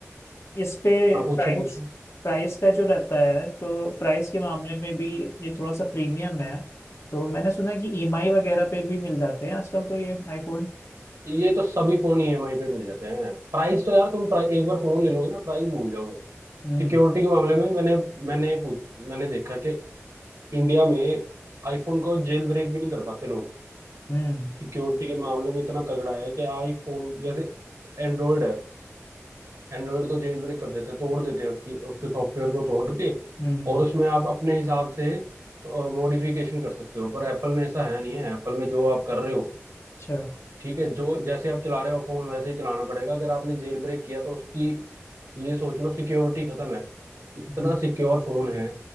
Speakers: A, on the left; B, on the right.
A: इस पे
B: हाँ पूछो
A: प्राइस
B: पूछो
A: प्राइस का जो रहता है तो प्राइस के मामले में भी ये थोड़ा सा प्रीमियम है तो मैंने सुना है कि ईएमआई वगैरह पे भी मिल जाते हैं आजकल तो ये आईफोन
B: ये तो सभी फोन ईएमआई पे मिल जाते हैं प्राइस तो यार तुम प्राइस एक बार फोन ले लोगे ना प्राइस भूल जाओगे
A: हम्म
B: सिक्योरिटी के मामले में मैंने मैंने पूछ मैंने देखा कि इंडिया में आईफोन को जेल ब्रेक भी नहीं कर पाते लोग
A: हम्म
B: सिक्योरिटी के मामले में इतना तगड़ा है कि आईफोन जैसे एंड्रॉयड है एंड्रॉयड को जेल ब्रेक कर देते हैं तोड़ देते हैं उसकी उसके सॉफ्टवेयर को तोड़ के
A: हम्म
B: और उसमें आप अपने हिसाब से मॉडिफिकेशन कर सकते हो पर एप्पल में ऐसा है नहीं है एप्पल में जो आप कर रहे हो
A: अच्छा
B: ठीक है जो जैसे आप चला रहे हो फोन वैसे ही चलाना पड़ेगा अगर आपने जेल ब्रेक किया तो उसकी ये सोच लो सिक्योरिटी खत्म है इतना
A: हम्म।
B: सिक्योर फोन है